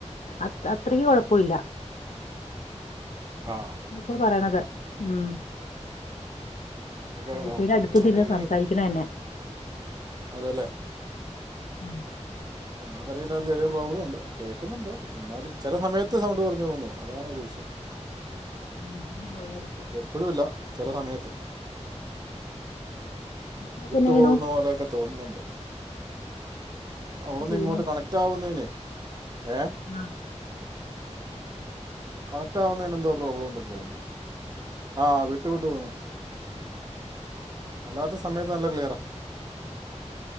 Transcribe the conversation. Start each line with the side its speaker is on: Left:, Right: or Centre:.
Left: അത് അത്രക്ക് കൊഴപ്പല്ല
Right: ആഹ്
Left: ച്ച പറയണത് ഉം
Right: ഒച്ചയ്ക്ക്
Left: വൈഫിന്റെ
Right: ആ
Left: അടുത്ത്
Right: ഇവിടെ
Left: തിരുന്ന് സംസാരിക്കണന്നെ
Right: അതേലേ
Left: ആഹ്
Right: എന്താന്നറിയില്ല ഒര് ചെറിയ പ്രോബ്ലം ഉണ്ട് കേക്കുന്നുണ്ട് എന്നാലും ചെല സമയത്ത്
Left: ആ,
Right: സൗണ്ട് കുറഞ്ഞു പോവുന്നു. അതാണൊരു വിഷയം
Left: മീറ്റിംഗ് ഫൗളായിരി
Right: എപ്പഴുല്ല. ചെല സമയത്ത്.
Left: മക്കളൊക്കെ
Right: വിട്ടുപോകുന്ന
Left: എന്നാ ചെയ്യണു
Right: പോലെ ഒക്കെ തോന്നുന്നുണ്ട്. അവിടുന്ന്
Left: എന്നാ ചെയ്യണു
Right: ഇങ്ങോട്ട് കണക്റ്റാവുന്നേനെ ഏഹ്
Left: ആഹ്
Right: കണക്റ്റാകുന്നേന് എന്തോ പ്രോബ്ലം ഉണ്ടെന്ന് തോന്നുന്നു. ആഹ് വിട്ടു വിട്ട് പോവുന്നു. അല്ലാത്ത സമയത്ത് നല്ല ക്ലിയറാ.